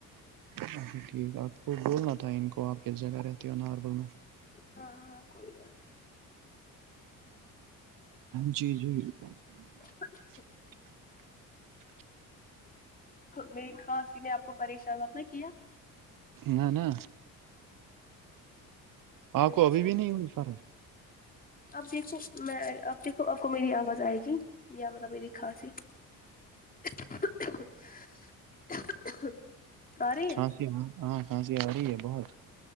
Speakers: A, on the right; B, on the left.
A: ا ٹھیک آپ کو بولنا تھا ان کو آپ کس جگہ رہتی ہونالاربا میں
B: ہاں ہاں کوئی بات
A: جی جی
B: <unintelligible>
A: <inaudible>
B: میری کھانسی نے آپ کو پریشان مت نہ کیا
A: نہ نہ آپ کو
B: اچھا
A: ابھی بھی نہیں ہوئی فرق
B: اب دیکھو میں اب دیکھو آپ کو میری آواز آئے گی میرا مطلب میری کھانسی <inaudible> آ رہی
A: کھانسی
B: ہے
A: ہاں ہاں کھانسی آ رہی ہے بہت